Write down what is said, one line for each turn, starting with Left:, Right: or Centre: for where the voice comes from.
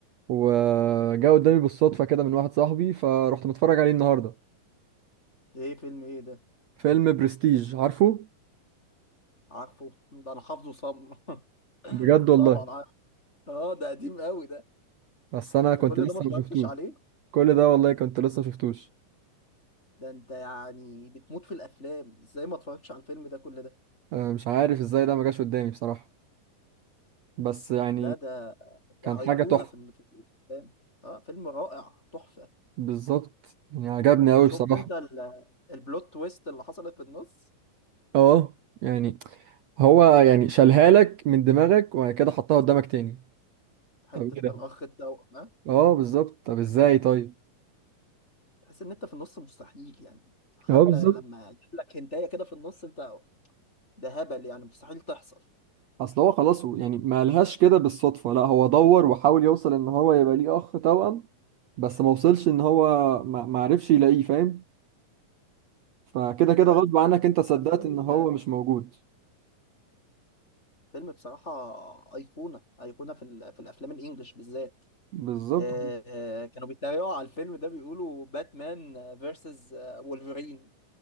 Right: وجا قدامي بالصدفه كده من واحد صاحبي فرحت متفرج عليه النهارده
Left: ايه فيلم ايه ده
Right: فيلم برستيج عارفه
Left: عارفه <laughs> ده انا حافظه صم
Right: بجد
Left: <laughs>
Right: والله
Left: طبعا عارف اه ده قديم قوي ده
Right: بس انا كنت
Left: انت كل
Right: لسه
Left: ده ما اتفرجتش
Right: ما شفتوش
Left: عليه
Right: كل ده والله كنت لسه ما شفتوش
Left: ده انت يعني بتموت في الافلام ازاي ما اتفرجتش على الفيلم ده كل ده
Right: آه، مش عارف ازاي ده ما جاش قدامي بصراحه بس يعني
Left: لا ده
Right: كان
Left: ده
Right: حاجه
Left: ايقونة
Right: تحفه
Left: في ال- في الافلام اه فيلم رائع تحفة
Right: بالظبط يعني عجبني قوي
Left: شفت
Right: بصراحة
Left: انت ال- البلوت تويست اللي حصلت في النص
Right: اه يعني هو يعني شالها لك من دماغك وبعد كده حطها قدامك تاني
Left: حتة
Right: طب ايه ده
Left: الاخ التوأم آه؟
Right: اه بالظبط طب ازاي طيب
Left: تحس ان انت في النص مستحيل يعني حتى
Right: اه بالظبط
Left: لما يجيب لك هنتايه كده في النص انت ده هبل يعني مستحيل تحصل
Right: اصل هو خلاص هو يعني ما قالهاش كده بالصدفة لا هو دور وحاول يوصل ان هو يبقى ليه اخ توأم بس ما وصلش ان هو ما ما عرفش يلاقيه فاهم فكده كده
Left: لا
Right: غصب عنك انت صدقت
Left: فيلم
Right: ان هو مش موجود
Left: فيلم بصراحه ايقونه ايقونه في ال- في الافلام الانجليش بالذات
Right: بالظبط
Left: آه، آه، كانوا بيتريقوا على الفيلم ده بيقولوا باتمان فيرسز وولفرين